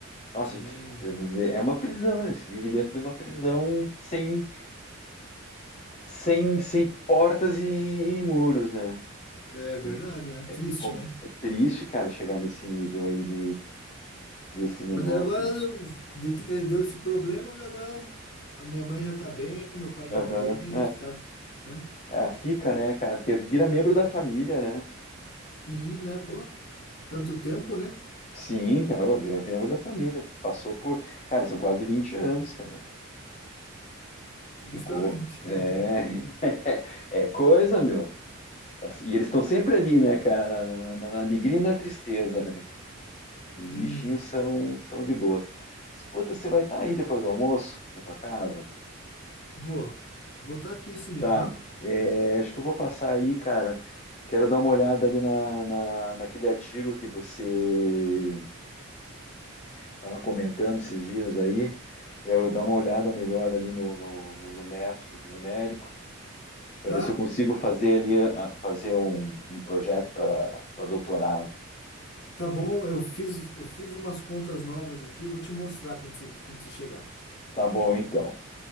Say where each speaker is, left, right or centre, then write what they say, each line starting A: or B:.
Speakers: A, on the left; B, on the left.
A: Nossa,
B: Sim,
A: a gente é uma prisão, né? Você vive dentro de uma prisão sem, sem, sem portas e, e muros, né?
B: é
A: Então,
B: verdade, né? Triste,
A: É, com-
B: né?
A: é triste, cara, chegar nesse nível aí de, desse negócio.
B: Mas daí agora eu- de ter- deu esse problema, e agora ela- a minha mãe já tá bem, meu pai já
A: Aham.
B: tá bem, eles ficaram, né?
A: É, é, fica, né, cara? Porque vira membro da família, né?
B: E, né, pô, tanto tempo, né?
A: Sim, cara, ô, vira membro da família. Passou por. Cara, são quase 20 anos, cara.
B: Justamente.
A: Ficou. É,
B: <laughs>
A: <laughs> é coisa, meu. E eles estão sempre ali, né, cara? Na, na, na- na alegria e na tristeza, né? cara? Os bichinhos
B: Sim.
A: são, são de boas. Escuta, você vai estar aí depois do almoço, na tua casa?
B: Boa. Vou estar aqui sim,
A: Tá.
B: aham.
A: É, acho que eu vou passar aí, cara. Quero dar uma olhada ali na, na, naquele artigo que você estava comentando esses dias aí, para eu dar uma olhada melhor ali no, no, no método numérico. para
B: Tá?
A: ver se eu consigo fazer ali a- fazer um, um projeto para doutorado.
B: Tá bom, eu fiz, eu fiz umas contas novas aqui, eu vou te mostrar quando você, quando você chegar.
A: Tá bom, então.